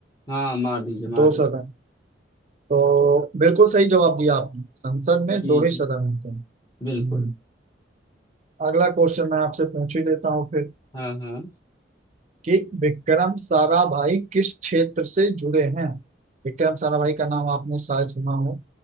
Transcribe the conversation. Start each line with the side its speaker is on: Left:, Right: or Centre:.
Left: हाँ मार दीजिए मार
Right: दो
Left: दीजिए
Right: सदन तो बिल्कुल सही जवाब दिया आपने संसद में
Left: जी
Right: दो ही
Left: जी
Right: सदन होते हैं हम्म,
Left: बिल्कुल
Right: अगला क्वेश्चन मैं आपसे पूछ ही लेता हूँ फिर
Left: हाँ हाँ
Right: कि विक्रम साराभाई किस क्षेत्र से जुड़े हैं विक्रम साराभाई का नाम आपने शायद सुना हो